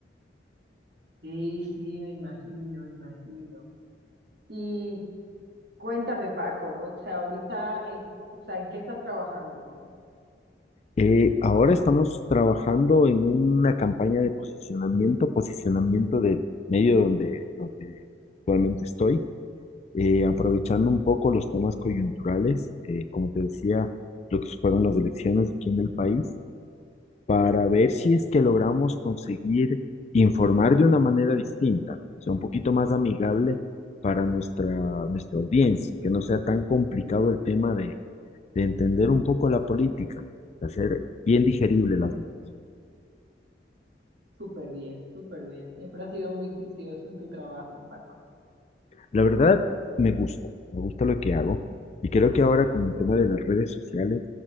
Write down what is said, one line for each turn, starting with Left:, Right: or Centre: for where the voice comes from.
Right: Sí, sí, me imagino, me imagino. Y cuéntame, Paco, o sea, ahorita, en, o sea, ¿en qué estás trabajando?
Left: Eh, ahora estamos trabajando en una campaña de posicionamiento, posicionamiento del medio donde, donde actualmente estoy, eh, aprovechando un poco los temas coyunturales, eh, como te decía, lo que fueron las elecciones aquí en el país, para ver si es que logramos conseguir informar de una manera distinta, o sea, un poquito más amigable para nuestra, nuestra audiencia, que no sea tan complicado el tema de entender un poco la política, de hacer bien digerible las noticias.
Right: Súper bien, súper bien. Siempre has sido muy juicioso en tu trabajo, Paco.
Left: La verdad, me gusta, me gusta lo que hago y creo que ahora con el tema de las redes sociales,